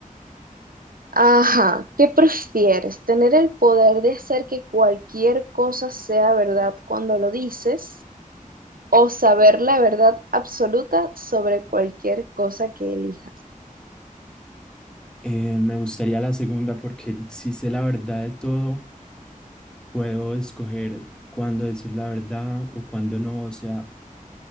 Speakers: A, on the right; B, in the centre.
A: Ajá, ¿qué prefieres? ¿Tener el poder de hacer que cualquier cosa sea verdad cuando lo dices o saber la verdad absoluta sobre cualquier cosa que elijas?
B: eh, me gustaría la segunda porque si sé la verdad de todo, puedo escoger cuándo decir la verdad o cuándo no, o sea,